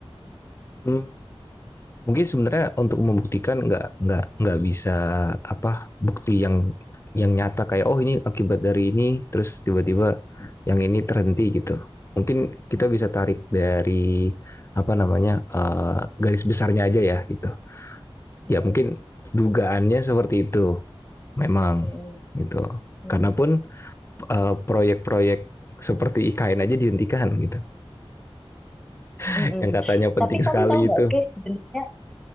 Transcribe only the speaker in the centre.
Mm-mm,
mm-mm,
mm
mm,
mm.
Tapi
kamu tahu nggak
sih sebenarnya?